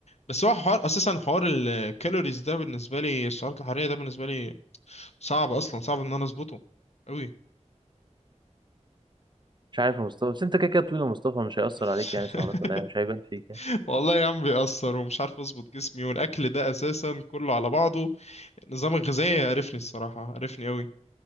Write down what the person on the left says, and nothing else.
بس هو حوار اساسا حوار الكالوريز ده بالنسبه لي السعرات الحراريه ده بالنسبه لي صعب اصلا صعب ان انا اظبطه قوي
<laughs>
والله يا عم بيأثر ومش عارف اظبط جسمي والاكل ده اساسا كله على بعضه النظام الغذائي عرفني الصراحه عرفني قوي